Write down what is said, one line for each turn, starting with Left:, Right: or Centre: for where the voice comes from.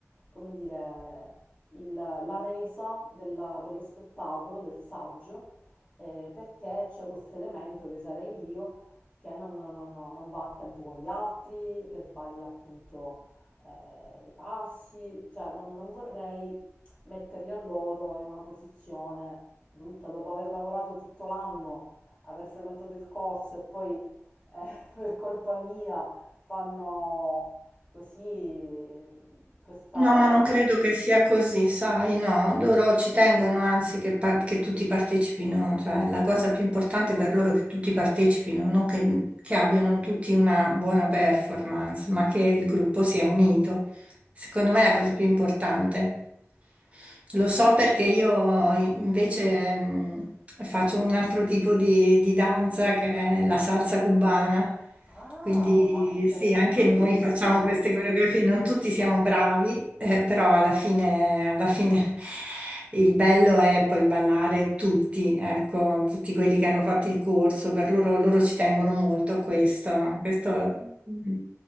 Left: come dire, il- la resa della- dello spettacolo, del saggio, eh, perché c'è questo elemento che sarei io che non, non- non- non va a tempo con gli altri, che sbaglia appunto eh, i passi, cioè non, non vorrei metterli a loro in una posizione brutta dopo aver lavorato tutto l'anno aver frequentato il corso e poi eh, <laughs> per colpa mia fanno così questa...
Right: No, ma non credo che sia così, sai, no, loro ci tengono anzi che, par- che tutti partecipino, cioè la cosa più importante per loro è che tutti partecipino, non che, che abbiano tutti una buona performance, ma che il gruppo sia unito. Secondo me è la cosa più importante. Lo so
Left: Sì,
Right: perché io invece mh, faccio un altro tipo di, di danza che è la salsa cubana.
Left: Ah,
Right: Quindi
Left: ma interessantissimo!
Right: sì, anche noi facciamo queste coreografie, non tutti siamo bravi, eh, però alla fine, alla fine <laughs> il bello è poi ballare tutti, ecco, tutti quelli che hanno fatto il corso, per loro, loro ci tengono molto a questo, questo mh,